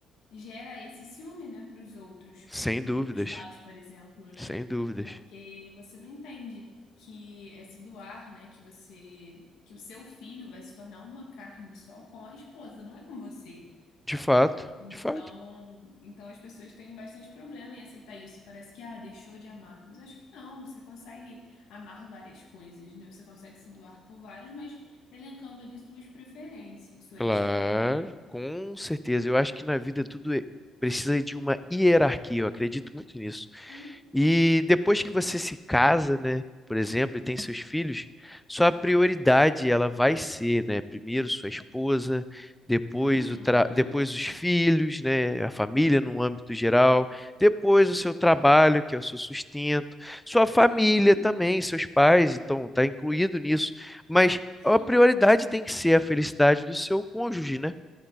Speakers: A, on the left; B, in the centre.
A: gera esse ciúme, né, para os outros,
B: Sem
A: para
B: dúvidas,
A: os pais, por exemplo, né?
B: sem dúvidas.
A: Porque você não entende que é se doar, né? Que você, que o seu filho vai se tornar uma carne só com a esposa, não é com você.
B: De fato,
A: Então,
B: de fato.
A: então as pessoas têm bastante problema em aceitar isso. E parece que, ah, deixou de amar. Mas acho que não, você consegue amar várias coisas, né? Você consegue se doar por vários, mas elencando ali suas preferências, suas
B: Claro,
A: prioridades.
B: com certeza. Eu acho que na vida tudo é- precisa de uma hierarquia, eu acredito muito nisso.
A: Sim.
B: E depois que você se casa, né, por exemplo, e tem seus filhos, sua prioridade ela vai ser, né, primeiro sua esposa, depois
A: Uhum.
B: o tra... depois os filhos, né, a família no âmbito geral, depois o seu trabalho, que é o seu sustento, sua família
A: Sim,
B: também, seus pais, então está incluído nisso. Mas
A: sim,
B: a prioridade tem que ser a felicidade do seu cônjuge, né?